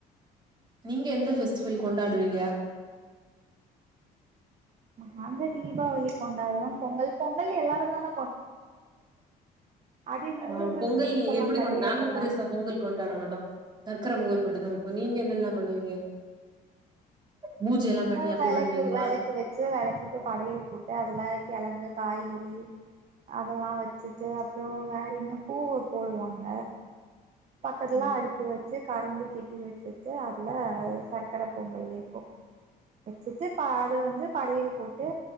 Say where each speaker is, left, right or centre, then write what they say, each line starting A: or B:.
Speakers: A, on the right; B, on the right.
A: நீங்க எந்த பெஸ்டிவல் கொண்டாடுவீங்க
B: நாங்க தீபாவளி கொண்டாடுவோம் பொங்கல் பொங்கல் எல்லாருந்தான அது ஹிந்து
A: ஆ
B: கிறிஸ்டின்ஸ்
A: பொங்கல்
B: எல்லா
A: எப்டி
B: கெடையாதுல்ல
A: கொ நாங்க பெருசா பொங்கல் கொண்டாட மாட்டோ தர் க்கர பொங்கல் மட்டுந்தா வெப்போ நீங்க என்னெல்லா பண்ணுவீங்க பூஜை எல்லா பண்ணி
B: நாங்க
A: அப்டி
B: வெளக்கு
A: பண்ணுவீங்களா
B: வெளக்கு வெச்சு வெளக்குக்கு படையல் போட்டு அதுல கெழங்கு காய்கறி அதெல்லா வெச்சுட்டு அப்புறோ வேற இன்னும் பூவ போடுவாங்க பக்கத்துல
A: ம்
B: அடுப்பு வெச்சு கரும்பு கட்டி வெச்சுட்டு அதுல சக்கர பொங்கல் வெயிப்போ வெச்சுட்டு அத வந்து படையல் போட்டு